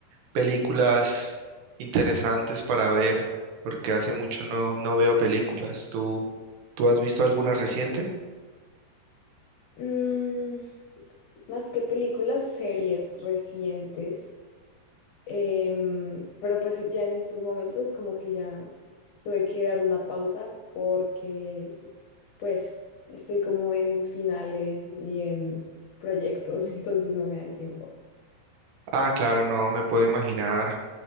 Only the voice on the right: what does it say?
películas interesantes para ver, porque hace mucho no, no veo películas. ¿Tú, tú has visto alguna reciente?
Ah, claro, no, me puedo imaginar.